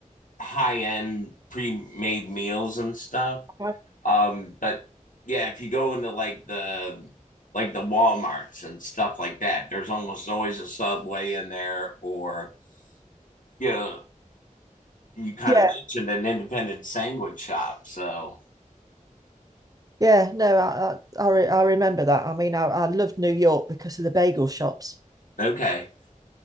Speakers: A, on the left; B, on the right.
A: high end pre made meals and stuff.
B: Uh-huh.
A: Um, but yeah, if you go into like the like the Walmarts and stuff like that, there's almost always a Subway in there or you know you kind
B: Yeah,
A: of mentioned an independent sandwich shop. So,
B: yeah, no, I I, I remember that. I mean, I, I loved New York because of the bagel shops.
A: okay.